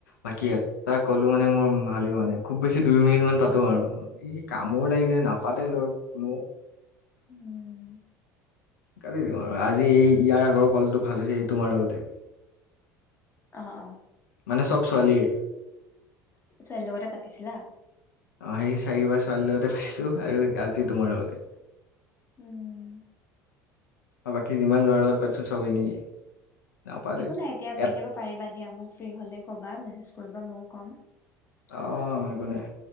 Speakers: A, on the left (about 75°); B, on the left (about 25°).
A: বাকী এটা কলো মানে মোৰ ভালেই হোৱা নাই। খুব বেছি দুই মিনিট মান পাতো আৰু। এই কামোৰ লাগি যে নাপাতে লৈ কোনো।
B: উম
A: কাটি দিওঁ আৰু। আজি এই ইয়াৰ আগৰ কলটো ভাল হৈছে এই তোমাৰ লগতে।
B: অ অ।
A: মানে চব ছোৱালীয়ে
B: ছোৱালীৰ লগতে পাতিছিলা?
A: অ সেই চাৰিবাৰ ছোৱালীৰ লগতে পাটিছো আৰু আজি তোমাৰ লগতে।
B: উম।
A: আৰু বাকী যিমান ল'ৰা লগত পাটিছোঁ চব এনেই। নাপাতেই
B: একো নাই এতিয়া
A: এট
B: এতিয়াবা পাৰিবা দিয়া। মোক ফ্ৰী হ'লে ক'বা মেছেজ কৰিবা ময়ো ক'ম।
A: অ একো নাই।